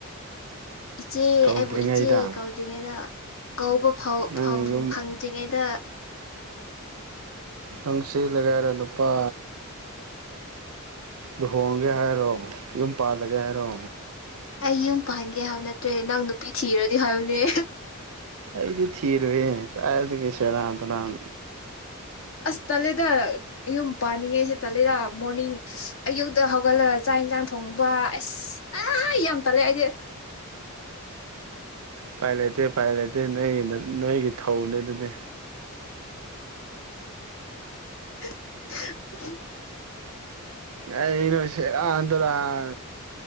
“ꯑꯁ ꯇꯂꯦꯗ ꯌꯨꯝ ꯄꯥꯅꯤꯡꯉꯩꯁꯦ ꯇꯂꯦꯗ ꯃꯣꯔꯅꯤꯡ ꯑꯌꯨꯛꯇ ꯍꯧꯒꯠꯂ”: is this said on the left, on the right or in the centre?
Left